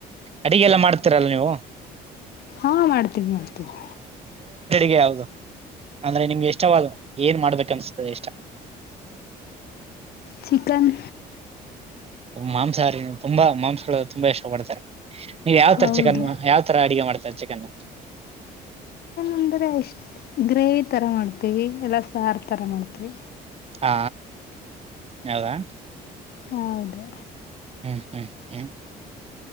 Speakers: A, on the right (about 35°); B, on the left (about 70°).
A: ಅಡಿಗೆ ಎಲ್ಲ ಮಾಡ್ತೀರಲ್ಲ ನೀವು
B: ಹಾ ಮಾಡ್ತೀವಿ ಮಾಡ್ತೀವಿ
A: ಗೆ ಯಾದು ಅಂದ್ರೆ ನಿಮ್ಗೆ ಇಷ್ಟವಾದ ಏನ್ ಮಾಡ್ಬೇಕ ಅನ್ಸತದೆ ಇಷ್ಟ
B: ಚಿಕನ್
A: ಮಾಂಸಾಹಾರಿ ತುಂಬಾ ಮಾಂಸಗಳು ತುಂಬಾ ಇಷ್ಟ ಪಡ್ತಾರೆ ನೀವ ಯಾವ್
B: ಹೌದು
A: ತರ ಚಿಕನ್ ಯಾವ್ ತರ ಅಡಗೆ ಮಾಡ್ತಾರೆ ಚಿಕನ್
B: ಂದ್ರರೆ ಎಷ್ಟು ಗ್ರೇವಿ ಥರ ಮಾಡ್ತೀವಿ ಎಲ್ಲ ಸಾರು ಥರ ಮಾಡ್ತೀವಿ
A: ಹಾ ಯಾವದಾ
B: ಹೌದು
A: ಹ್ಮ್ ಹ್ಮ್ ಹ್ಮ್